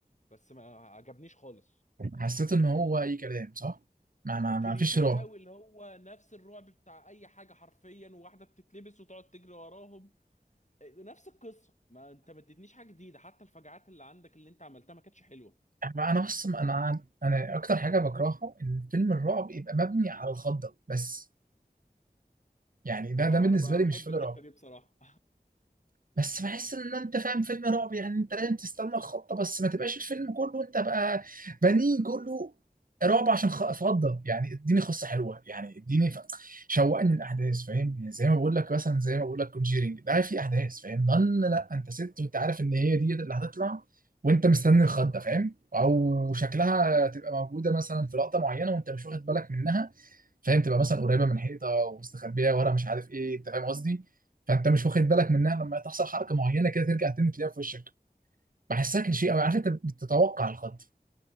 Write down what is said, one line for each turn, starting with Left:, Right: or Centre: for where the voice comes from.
Left: بس ما عجبنيش خالص
Right: حسيت ان هو اي كلام صح ما ما ما
Left: كليشيه
Right: فيش رعب
Left: قوي اللي هو نفس الرعب بتاع اي حاجه حرفيا وواحده بتتلبس وتقعد تجري وراهم آه، نفس القصه ما انت ما اديتنيش حاجه جديده حتى الفجعات اللي عندك اللي انت عملتها ما كانتش حلوه
Right: أما انا بص انا انا اكتر حاجه بكرهها ان فيلم الرعب يبقى مبني على الخضه بس يعني ده
Left: انا
Right: ده بالنسبه
Left: انا بقى
Right: لي
Left: بحب
Right: مش فيلم
Left: الحته
Right: رعب
Left: دي بصراحه
Right: بس بحس ان انت فاهم فيلم رعب يعني انت لازم تستنى الخضه بس ما تبقاش الفيلم كله انت بقى بنين كله رعب عشان خ- فضه يعني اديني قصه حلوه يعني اديني ف... شوقني الاحداث فاهم يعني زي ما بقول لك مثلا زي ما بقول لك كونجيرنج ده في احداث فاهم ضن لا انت ست وانت عارف ان هي دي اللي هتطلع وانت مستني الخضه فاهم او شكلها تبقى موجوده مثلا في لقطه معينه وانت مش واخد بالك منها فاهم تبقى مثلا قريبه من حيطه ومستخبيه ورا مش عارف ايه انت فاهم قصدي فانت مش واخد بالك منها لما تحصل حركه معينه كده ترجع تاني تلاقيها في وشك بحسها كليشيه قوي عارف انت بتتوقع الخط